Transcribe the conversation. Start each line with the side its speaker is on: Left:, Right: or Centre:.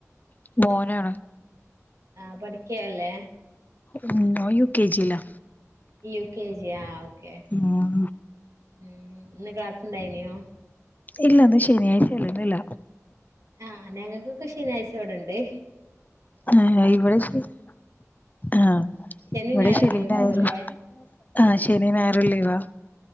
Left: മോനാണ്
Right: ആഹ് പഠിക്കയല്ലേ?
Left: ഉം അവൻ യു കെ ജി യിലാ
Right: യു കെ ജി ആഹ് ഓക്കേ.
Left: ഉം
Right: ഉം ഇന്ന് ക്ലാസ് ഉണ്ടായിനോ
Left: ഇല്ല ഇന്ന് ശനിയാഴ്ച അല്ലേ ഇന്നില്ല
Right: ആഹ് ഞങ്ങൾക്കൊക്കെ ശനിയാഴ്ച ഇവിടൊണ്ടേ
Left: ആഹ് ഇവിടെ <unintelligible> ആഹ്
Right: ശനി
Left: ഇവിടെ
Right: ഞായറും
Left: ശനിം
Right: ലീവ്
Left: ഞായറും,
Right: ആവൂല്ലേ
Left: ആഹ് ശനിം ഞായ റും ലീവാ.